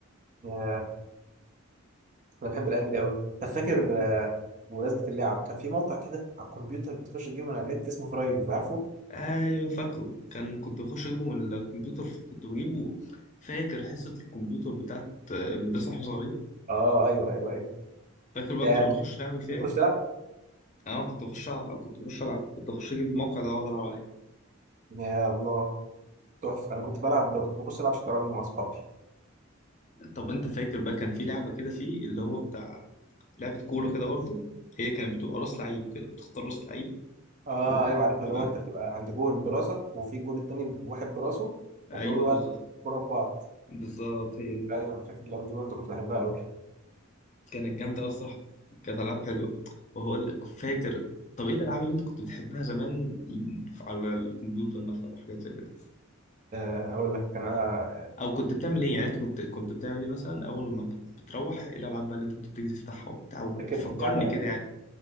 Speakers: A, on the right (about 35°); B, on the left (about 35°).
A: ياه، انا بحب الايام دي قوي طب فاكر آه، بمناسبه اللعب كان في موقع كده على الكمبيوتر بتخش تجيبه من على النت اسمه فرايف عارفه
B: ايوه فاكره كان كنت بخش اجيبه من الكمبيوتر كنت بجيبه فاكر حصه الكمبيوتر بتاعت المدرسه واحنا صغيرين
A: اه ايوه ايوه ايوه
B: فاكر بقى
A: يا
B: كنا بنخش نعمل فيها
A: بتخش
B: ايه
A: تلعب
B: انا كنت بخش ألعب- كنت بخش العب كنت بخش اجيب الموقع ده واقعد العب عليه.
A: يا الله تحفه انا كنت بلعب كنت بخش العب شطرنج مع اصحابي
B: طب انت فاكر بقى كان في لعبه كده فيه اللي هو بتاع لعبه كوره كده برضه هي كانت بتبقى راس لعيب كده بتختار راس لعيب
A: اه
B: او
A: ايوه
B: بيبقى
A: عارفها لو انت بتبقى عند جون براسك وفي الجون التاني واحد براسه
B: ايوه
A: وبتقعدوا
B: بالظبط
A: بقى كوره في بعض
B: بالظبط هي دي
A: ايوه انا فاكر اللعبه دي برضه كنت بحبها قوي
B: كانت جامده قوي الصراحه كانت العاب حلوه وهو لك فاكر طب ايه الالعاب اللي انت كنت بتحبها زمان على الكمبيوتر مثلا وحاجات زي كده
A: أه هقول لك انا
B: او كنت بتعمل ايه يعني انت كنت كنت بتعمل ايه مثلا اول ما بت- بتروح ايه الالعاب بقى اللي انت كنت بتيجي تفتحها وبتاع
A: فاكر
B: فكرني
A: اللعبة
B: كده يعني